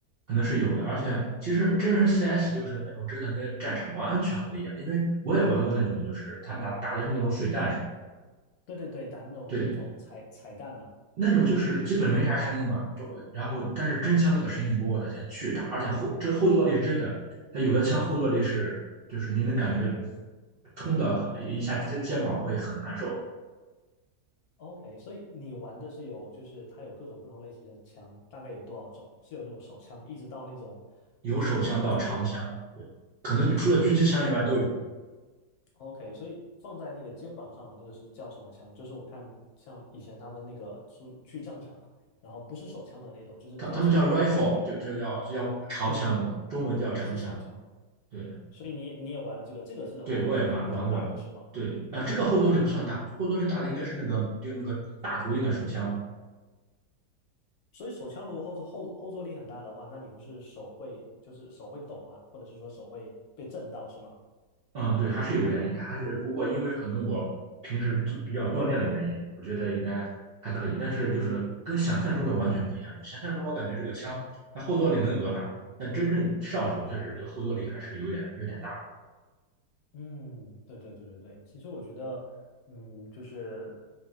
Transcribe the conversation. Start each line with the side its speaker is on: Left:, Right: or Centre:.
Right: 可能是有的。
Left: 啊。
Right: 而且其实真人 CS 就是那种真的跟战场完全不一样，因为我也玩过那种，就是他拿打的是那种水弹是吧，
Left: 对对对，打那种那种彩彩蛋嘛。
Right: 对，那种就是基本没啥声音嘛，不然后但是真枪那个声音，我的天，巨大，而且后这后坐力是真的，它有的枪后坐力是就是你能感觉冲的一下肩肩膀会很难受，
Left: OK，所以你玩的是有，就是它有各种不同类型的枪，大概有多少种？是有那种手枪，一直到那种，
Right: 有手枪到长枪，
Left: 就是
Right: 可能除了狙击枪以外都有，
Left: OK，所以放在那个肩膀上的那个是叫什么枪？就是我看像以前他们那个出去战场，然后不是手枪的那种，就是比较长，
Right: 他他们叫 rifle，
Left: 它有一个柄。
Right: 就就叫就叫长枪嘛，
Left: 对对对，
Right: 中文叫长枪，
Left: 就是长枪。
Right: 对
Left: 所以你你也玩了这个，这个是后坐力会比较大的是吗？
Right: 对，我也玩玩过了，对，啊，这个后坐力不算大，后坐力大的应该是那个就那个大口径的手枪，
Left: 所以手枪如果后坐后后坐力很大的话，那你不是手会就是手会抖吗？或者是说手会被震到是吗？
Right: 嗯，对，还是有原因，还是不过因为可能我平时都比较锻炼的原因，我觉得应该还可以。但是就是跟想象中的完全不一样，想象中我感觉这个枪它后坐力能有多大，但真正上手确实这个后坐力还是有点有点大的。
Left: 嗯，对对对对对，其实我觉得，嗯，就是